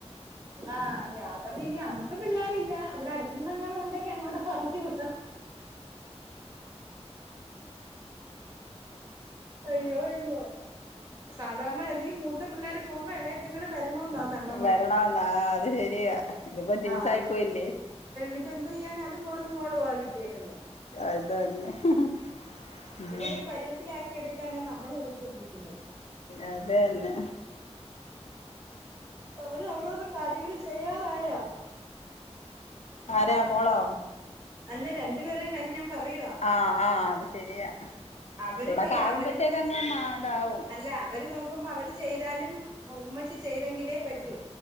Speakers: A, on the right; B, on the left.
A: ആ.. ഞാൻപറഞ്ഞു ഇനി അമ്മ ഇന്ന് പിള്ളേരില്ല. ഇവിടെ അടുത്തെന്നെങ്ങാനും ഉണ്ടെങ്കി അങ്ങോട്ട് പറഞ്ഞുവിടാം. അയ്യോ, അയ്യോ സാധാരണ ഗതിമൂത്ത- മൂത്തപിള്ളേര് പോകുമ്പോ ഇളയത്തിങ്ങള് വ.. ഇളയ മോള് അംഗൻവാടിയില്.
B: വരണമെന്നാ ആ അത് ശരിയാ ഇതിപ്പം ടിൻസായി
A: ആ..
B: പോയില്ലേ
A: ഇപ്പ എന്ത്ചെയ്യാന അത് മോനുംമോളുവാകിട്ടിയേക്കുന്നേ.
B: അതന്നെ ഉം..
A: അവരെ ഒരു പരുവത്തിലാക്കി എടുക്കാനാ നമ്മള് പോയിക്കൊണ്ടിരിക്കുന്നത്.
B: അത് തന്നെ.
A: അവര് അവരവരുടെ കാര്യങ്ങള്. തയ്യാറായോ?
B: ആരാ മോളോ?
A: അല്ല രണ്ടുപേരുടെയും കാര്യം ഞാൻ - പറയുവ
B: ആ ആ അത് ശരിയാ
A: അവർക്ക്
B: ചൂടൊക്കെ ആകുമ്പോത്തേക്ക്
A: അവര് പിന്നെഅല്ല,
B: അങ്ങ് മാ ഇതാവും
A: അവ നോക്കുമ്പം അവര് ചെയ്താലും ഉമ്മക്ക്.. ചെയ്തെങ്കിലേ പറ്റൂ.